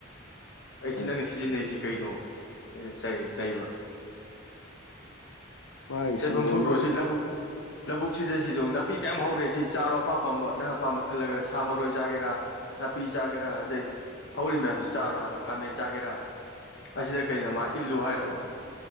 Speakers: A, on the left; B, on the left.
A: ꯑꯩꯁꯤ
B: ꯎꯝ
A: ꯅꯪꯅ ꯁꯤꯖꯤꯟꯅꯩꯁꯤ ꯀꯩꯅꯣ ꯑꯩꯅ ꯆꯩꯕ
B: ꯃꯥꯥꯏꯒꯤ
A: ꯆꯩꯐꯝ
B: ꯁꯪꯒꯣꯝ
A: ꯊꯣꯛꯇ꯭ꯔꯣ
B: ꯅ
A: ꯁꯤ ꯂꯧꯕꯨꯛ ꯂꯧꯕꯨꯛꯁꯤꯗ ꯁꯤꯗꯣꯡ ꯅꯥꯄꯤ ꯃꯌꯥꯝ ꯍꯧꯔꯦ ꯁꯤ ꯆꯥꯔꯣ ꯑꯄꯥꯝ ꯄꯄꯥꯝꯕ ꯅꯪ ꯑꯄꯥꯝꯕ ꯈꯜꯂꯒ ꯁꯥ ꯃꯔꯣꯏ ꯆꯥꯒꯦꯔꯥ ꯅꯥꯄꯤ ꯆꯥꯒꯦꯔꯥ ꯑꯗꯩ ꯍꯧꯔꯤ ꯃꯌꯥꯝꯁꯤ ꯆꯥꯔꯣ ꯍꯥꯏꯕ ꯈꯥꯃꯦꯟ ꯆꯥꯒꯦꯔꯥ ꯑꯁꯤꯗ ꯀꯩꯅꯣ ꯃꯥ ꯏꯜꯂꯨ ꯍꯥꯏꯔꯕ